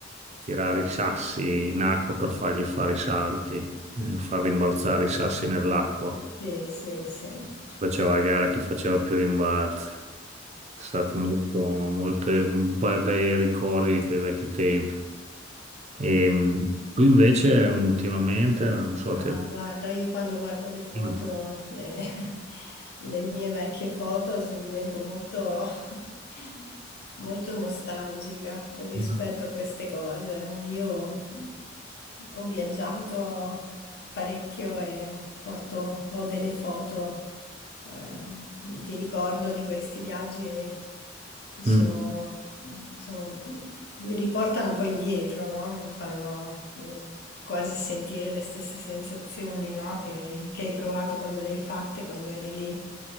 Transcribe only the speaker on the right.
tirare i sassi in acqua per fargli fare i salti, eh, far rimbalzare i sassi nell'acqua.
Si faceva a gara chi faceva più rimbalzi. È stato molto, molte bei, bei ricordi di quei vecchi tempi. E, mm, tu invece ultimamente, non so,
ti...
Mm,
mm,
mm,